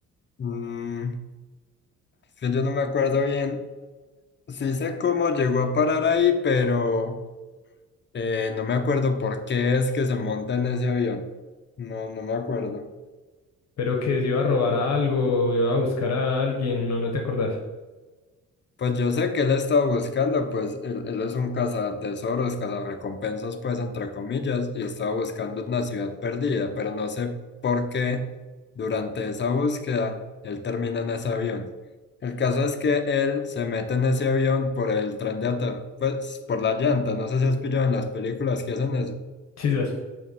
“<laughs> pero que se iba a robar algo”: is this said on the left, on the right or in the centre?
Left